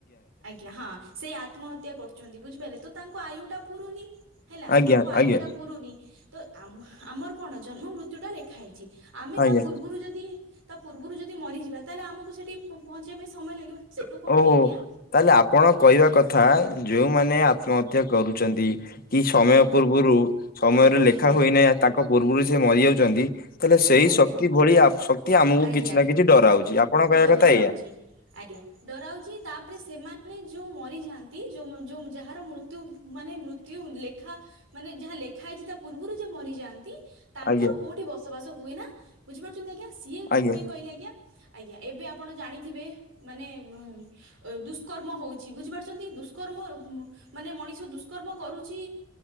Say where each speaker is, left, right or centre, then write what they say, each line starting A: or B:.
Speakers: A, on the right; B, on the left.
A: ଆଜ୍ଞା ହଁ ସେଇ ଆତ୍ମହତ୍ୟା କରୁଚନ୍ତି ବୁଝିପାରିଲେ ତ ତାଙ୍କ ଆୟୁ ଟା ପୁରୁନି ହେଲା
B: ଆଜ୍ଞା
A: ତାଙ୍କ ଆୟୁ
B: ଆଜ୍ଞା
A: ଟା ପୁରୁନି ତ ଆମ ଆମର କଣ ଜନ୍ମ ମୃତ୍ୟୁ ଟା ଲେଖା ହେଇ ଆମେ
B: ଆଜ୍ଞା।
A: ତା ପୂର୍ବରୁ ଯଦି ତା ପୂର୍ବରୁ ଯଦି ମରିଯିବା ତାହେଲେ ଆମକୁ ସେଠି ପ ପହଞ୍ଚିବା ପାଇଁ ସମୟ ଲାଗିବ। ସେଠୁ କଣ
B: ଓହୋ
A: ହୁଏ ଆଜ୍ଞା
B: ଆପଣ କହିବା କଥା ଯୋଉମାନେ ଆତ୍ମହତ୍ୟା କରୁଛନ୍ତି। କି ସମୟ
A: ଆଜ୍ଞା
B: ପୂର୍ବରୁ ସମୟରେ ଲେଖା
A: ଆଜ୍ଞା
B: ହୋଇନାହିଁ ତାଙ୍କ ପୂର୍ବରୁ ସେ ମରିଯାଉଛନ୍ତି। ତାହେଲେ ସେଇ
A: ଆଜ୍ଞା
B: ଶକ୍ତି ଭଳି ଶକ୍ତି ଆମକୁ
A: ଆଜ୍ଞା
B: କିଛି ନା କିଛି ଡରା ହଉଛି ଆପଣ
A: ଡ
B: କହିବା କଥା
A: ଡରାଉଛି।
B: ଏଇଆ।
A: ଆଜ୍ଞା ଡରାଉଚି। ତାପରେ ସେମାନେ ଯୋଉ ମରିଯାଆନ୍ତି। ଯୋଉ ଯୋମ ଯାହାର ମୃତ୍ୟୁ ମାନେ ମୃତ୍ୟୁ ଲେଖା ମାନେ ଯାହା ଲେଖା ହେଇଛି ତା ପୂର୍ବରୁ ଯେ ମରିଯାଆନ୍ତି ତାଙ୍କର
B: ଆଜ୍ଞା
A: କୋଉଠି ବସବାସ ହୁଏ ନା ବୁଝିପାରୁଛନ୍ତି ଆଜ୍ଞା। ସିଏ କଣ
B: ଆଜ୍ଞା
A: ହୁଏ କହିଲେ ଆଜ୍ଞା ଆଜ୍ଞା ଏବେ ଆପଣ ଜାଣିଥିବେ ମାନେ ବ ଦୁଷ୍କର୍ମ ହୋଉଛି ବୁଝିପାରୁଛନ୍ତି। ଦୁଷ୍କର୍ମ ମାନେ ମଣିଷ ଦୁଷ୍କର୍ମ କରୁଚି